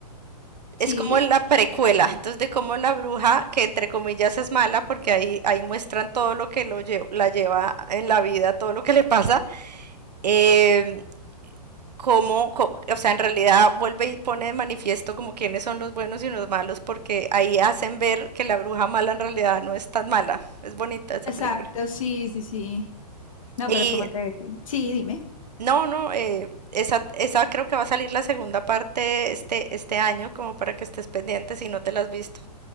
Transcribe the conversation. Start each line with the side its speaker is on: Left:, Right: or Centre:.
Right: es
Left: Sí,
Right: como la precuela. Entonces de cómo la bruja, que entre comillas es mala, porque ahí, ahí muestran todo lo que lo lle- la lleva en la vida, todo lo que le pasa Eh, como, co- o sea, en realidad vuelve y pone de manifiesto como quiénes son los buenos y los malos, porque ahí hacen ver que la bruja mala en realidad no es tan mala. Es bonita esa
Left: Exacto,
Right: película.
Left: sí, sí, sí. No,
Right: Y
Left: pero como te decía. Sí, dime.
Right: no, no, eh, esa, esa creo que va a salir la segunda parte este, este año, como para que estés pendiente si no te la has visto.